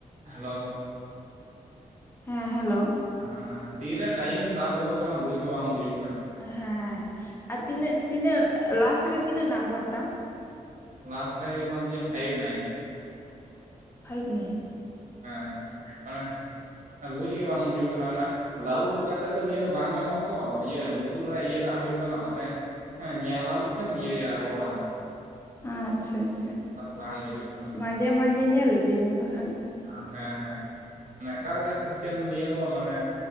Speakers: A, on the right; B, on the left.
A: ᱦᱮᱞᱳᱣ᱾
B: ᱦᱮᱸ ᱦᱮᱞᱳᱣ᱾
A: ᱦᱮᱸ ᱛᱤᱨᱮ ᱴᱟᱭᱤᱢ ᱛᱟᱯ ᱜᱚᱫᱚᱜ ᱠᱟᱱᱟ ᱵᱩᱡ ᱦᱚᱸ ᱵᱟᱝ ᱵᱩᱡᱚᱜ
B: ᱦᱮᱸ ᱟᱨ ᱛᱤᱱᱟᱹᱜ ᱛᱤᱱᱟᱹᱜ ᱞᱟᱥ ᱨᱮ ᱛᱤᱱᱟᱹᱜ ᱱᱟᱢᱵᱟᱨ ᱛᱟᱢ?
A: ᱞᱟᱥ ᱨᱮ ᱦᱩᱭᱩᱜ ᱠᱟᱱ ᱛᱤᱧᱟᱹ ᱯᱷᱟᱭᱤᱵ ᱱᱟᱭᱤᱱ᱾
B: Five nine.
A: ᱦᱮᱸ ᱚᱱᱮ ᱵᱩᱡᱽ ᱜᱮ ᱵᱟᱝ ᱵᱩᱡᱚᱜ ᱠᱟᱱᱟ ᱚᱱᱮ ᱞᱟᱣᱩᱰ ᱨᱮᱠᱟᱛᱮᱜ ᱫᱚ ᱱᱤᱭᱟᱹ ᱫᱚ ᱵᱟᱝ ᱜᱟᱱᱚᱜᱼᱟ ᱛᱚ ᱤᱭᱟᱹ ᱞᱩᱛᱩᱨ ᱨᱮ ᱤᱭᱟᱹ ᱠᱟᱜ ᱦᱩᱭᱩᱜ ᱠᱟᱱᱟ ᱛᱟᱦᱟᱞᱮ ᱦᱮᱸ ᱧᱮᱞᱟᱢ ᱥᱮ ᱤᱭᱟᱹᱭᱟ ᱨᱚᱲᱟ᱾
B: ᱟᱪᱷᱟ ᱟᱪᱷᱟ
A: ᱵᱟᱝ ᱵᱩᱡᱩᱜ ᱠᱟᱱᱟ
B: ᱢᱟᱡᱷᱮ ᱢᱟᱡᱷᱮ ᱧᱮᱞ ᱤᱫᱤ ᱢᱮ ᱵᱟᱠᱷᱟᱱ᱾
A: ᱚ ᱦᱮᱸ ᱦᱮᱸ ᱢᱟᱱᱮ ᱚᱠᱟᱞᱮᱠᱟ ᱥᱤᱥᱴᱮᱢ ᱱᱤᱭᱟᱹ ᱫᱚ ᱢᱟᱱᱮ